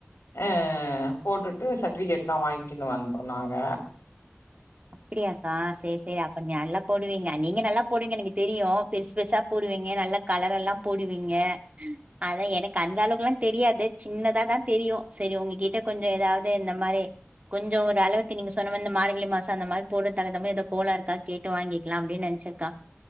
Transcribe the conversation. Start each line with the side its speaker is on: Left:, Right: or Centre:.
Left: அஹ் போட்டுட்டு சர்ட்டிஃபிகேட்லா வாங்கிகுனு வந்த சொன்னாங்க
Right: அப்டியாக்கா சேரி சேரி அக் கொஞ்ச நல்லா போடுவீங்க நீங்க நல்லா போடுவீங்க எனக்கு தெரியும் பெருசு பெருசா போடுவீங்க நல்லா கலர் எல்லாம் போடுவீங்க அதா எனக்கு அந்த அளவுக்கு எல்லா தெரியாது சின்னதா தா தெரியும் சரி உங்ககிட்ட கொஞ்சோ ஏதாவது இந்த மாதிரி கொஞ்சோ ஒரு அளவுக்கு நீங்க சொன்ன மாரி இந்த மார்கழி மாசம் அந்த மாதிரி போற தரதம ஏதோ கோல இருக்கா கேட்டு வாங்கிக்கலாம் அப்டின்னு நென்ச்சேங்கா